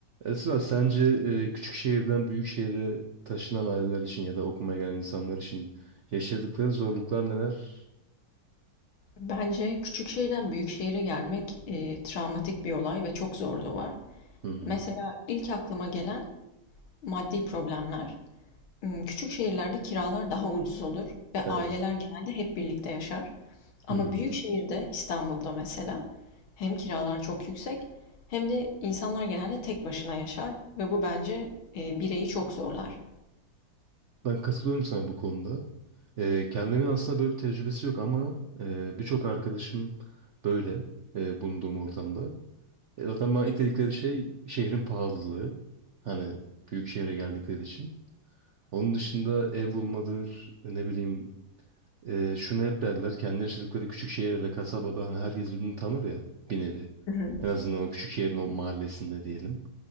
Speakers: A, on the right; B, on the left.
A: Esra, sence e, küçük şehirden büyük şehire taşınan aileler için ya da okumaya gelen insanlar için yaşadıkları zorluklar neler?
B: Bence küçük şehirden büyük şehire gelmek, eee, travmatik bir olay ve çok zorluğu var.
A: Hı hı.
B: Mesela ilk aklıma gelen maddi problemler. Hmm, Küçük şehirlerde kiralar daha ucuz olur ve
A: Evet.
B: aileler genelde hep birlikte yaşar. Ama
A: Hı hı.
B: büyük şehirde, İstanbul'da mesela, hem kiralar çok yüksek hem de insanlar genelde tek başına yaşar ve bu bence eee, bireyi çok zorlar.
A: Ben katılıyorum sana bu konuda. E, kendimin aslında böyle bir tecrübesi yok ama e, birçok arkadaşım böyle e, bulunduğum ortamda. E, zaten bana ilk dedikleri şey şehrin pahalılığı. Hani büyük şehre geldikleri için. Onun dışında ev bulmadır, ne bileyim Ee, şunu hep derler kendi yaşadıkları küçük şehirde de kasabada hani herkes birbirini tanır ya bir nevi.
B: Hı hı.
A: En azından o küçük şehrin o mahallesinde diyelim.